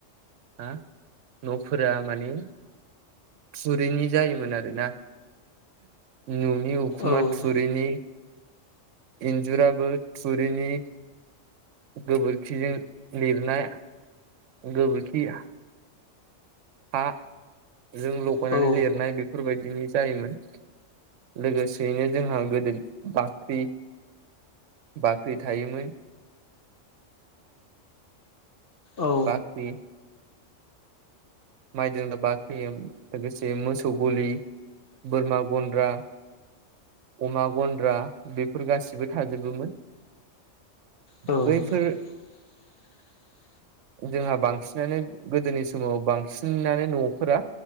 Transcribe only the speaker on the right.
हा न'फोरा माने थुरिनि जायोमोन आरोना न'नि उखुमा
थुरिनि इन्जुराबो थुरिनि गोबोरखिजों लिरनाय गोबोरखि हा जों लगायनानै
लिरनाय बेफोरबायदिनि जायोमोन लोगोसेयैनो जोंहा गोदो बा ख्रि बाख्रि थायोमोन
बाख्रि माइ दोनग्रा बाख्रि लोगोसे मोसौ गलि बोरमा गन्द्रा अमा गन्द्रा बेफोर गासिबो थाजोबोमोन
बैफोर
जोंहा बांसिनानो गोदोनि समाव बांसिन नानो न'फोरा